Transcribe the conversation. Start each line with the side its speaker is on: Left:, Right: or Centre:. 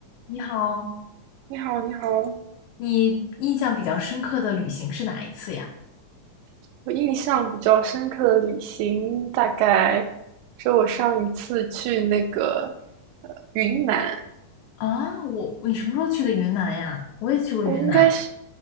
Left: 你好，
Right: 你好，你好。
Left: 你印象比较深刻的旅行是哪一次呀？
Right: 我印象比较深刻的旅行，大概是我上一次去那个呃云南，
Left: 啊，我，你什么时候去的云南呀？我也去过云南。
Right: 我应该是，